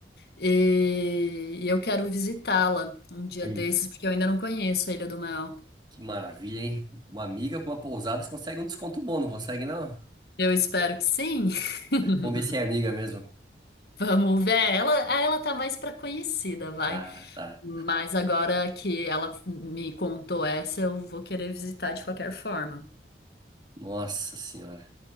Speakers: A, on the left; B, on the right.
A: e, e eu quero visitá-la um dia
B: olha.
A: desses porque eu ainda não conheço a Ilha do Mel.
B: Que maravilha, hein? Uma amiga com uma pousada, você consegue um desconto bom, não consegue, não?
A: Eu espero que sim. <laughs>
B: Vamos ver se é amiga mesmo.
A: Vamos ver. Ela, ah, ela tá mais pra conhecida, vai.
B: Ah, tá.
A: Mas agora que ela me contou essa, eu vou querer visitar de qualquer forma.
B: Nossa senhora,